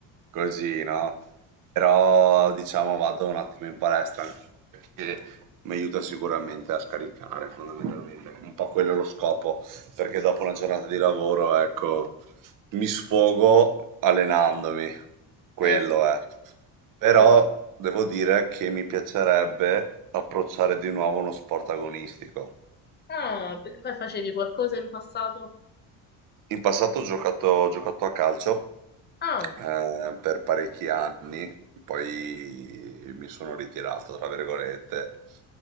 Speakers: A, on the right; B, on the left.
A: così, no? Però, diciamo, vado un attimo in palestra perché mi aiuta sicuramente a scaricare, fondamentalmente. Un po' quello è lo scopo, perché dopo una giornata di lavoro, ecco. Mi sfogo allenandomi, quello
B: eh,
A: è. Però
B: sì. sì.
A: devo dire che mi piacerebbe approcciare di nuovo uno sport agonistico.
B: Ah, perché facevi qualcosa in passato?
A: In passato ho giocato, ho giocato a calcio
B: Ah,
A: eh, per parecchi anni, poi mi sono ritirato, tra virgolette,